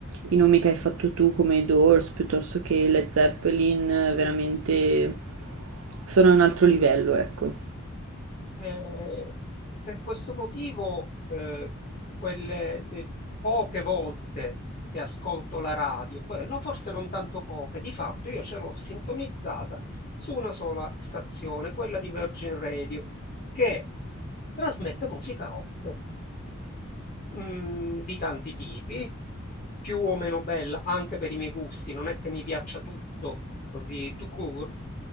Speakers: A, on the right; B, on the left.
A: i nomi che hai fatto tu come i Doors piuttosto che i Led Zeppelin, eh, veramente sono a un altro livello, ecco.
B: Ehm, e per questo motivo, ehm, quelle, ehm, poche volte che ascolto la radio, beh, no, forse non tanto poche, di fatto io ce l'ho sintonizzata su una sola stazione, quella di Virgin Radio, che trasmette musica rock mhmm, di tanti tipi, più o meno bella anche per i miei gusti, non è che mi piaccia tutto così tout court,